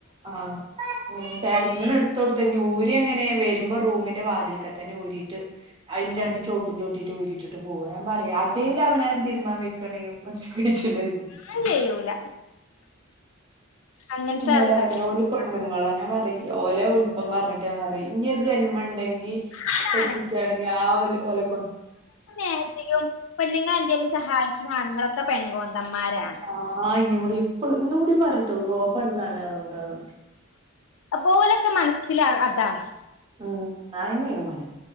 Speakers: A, on the right; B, on the left.
A: ആഹ് ഉം തെരഞ്ഞ് എടുത്ത കൊടുത്ത് ഞൂര് അങ്ങനെ വരുമ്പോ റൂമിന്റെ വാതിൽക്ക തന്നെ ഊരിയിട്ട് അതില് രണ്ട് ചോട്ടും ചോട്ടിട്ട്ഊരിട്ടിട്ട് പോവാ ഞാൻ പറയാ അതേൽ അവൻ തീരുമാൻ വെക്കണേ കടച്ചിലായി
B: ഒന്നും ചെയ്യൂല അങ്ങനത്തെ
A: എന്നോട്
B: ആൾക്കാരാ
A: ഇറക്ക ഓല പെണ്ണുങ്ങൾന്നാ പറ ഓലെ ഉല്പം പറഞ്ഞിട്ട് ഞാൻ പറയും ഇനി ഒരു ജന്മ ഉണ്ടെങ്കിൽ
B: അതാണ്
A: കട്ടിച്ച ആണെങ്കിൽ ആ ഒരു ഒലക്കൊണ്ട്
B: <unintelligible> പെണ്ങ്ങളെ എന്തേലും സഹായിച്ചു ആണുങ്ങൾ പെൺകോന്തന്മാരാാണ്
A: ആ ആ ഇന്നോടി എപ്പഴും ഇന്നൂട പറഞ്ഞിട്ടുള്ളൂ ഓൺ പെണ്ണാണ് അതുകൊണ്ടാണ്
B: അപ്പൊ ഓലൊക്കെ മനസ്സില അതാണ്
A: ഉം <unintelligible>